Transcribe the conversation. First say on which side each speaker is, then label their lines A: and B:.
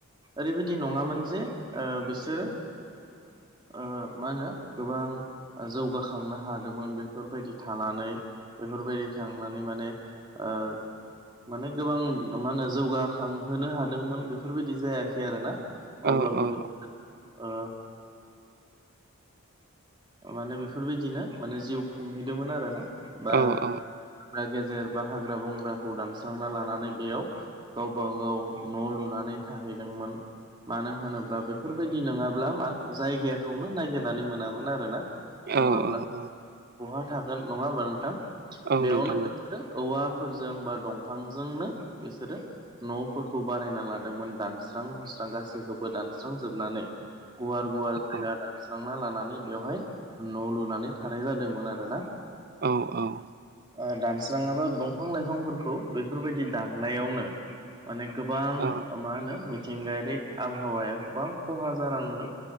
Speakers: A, on the right; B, on the right.
A: ओरैबायदि नङामोन जे ओ बिसोरो ओ मा होनो गोबां जौगाखांनो हादोंमोन बेफोरबायदि थानानै बेफोरबायदि थांनानै माने। ओ। माने गोबां मा होनो जौगाखांहोनो हादोंमोन बेफोरबायदि जायाखै आरोना।
B: औ
A: अब्लाबो बे ओ माने बेफोरबायदिनो माने जिउ खुंहैदोंमोन आरोना। बा
B: औ
A: हाग्रा
B: औ
A: गेजेर बा हाग्रा बंग्राखौ दान स्रांना लानानै बेयाव गावबागाव न' लुनानै थाहैदोंमोन। मानो होनोब्ला बेफोरबायदि नोङाब्ला मा जायगाखौनो नायगिरनानै मोनामोन आरोना।
B: औ
A: नङाब्ला
B: औ
A: बहा थागोन नङा होम्बा नोंथां।
B: औ
A: बेयावनो
B: नोंथां औ
A: बिसोरो औवाफोरजों बा दंफांजोंनो बिसोरो नफोरखौ बानायना लादोंमोन दानस्रां हुस्रां गासैखौबो दानस्रांजोबनानै गुवार गुवार जायगा
B: औ
A: दानस्रांना लानानै बेवहाय न लुनानै थानाय जादोंमोन आरो ना
B: औ औ
A: ओ दानस्राङाबा दंफां लाइफांफोरखौ बेफोरबायदि दाननायावनो माने गोबां
B: औ
A: ओ मा होनो मिथिंगायारि आबहावाया गोबां खहा जालांनो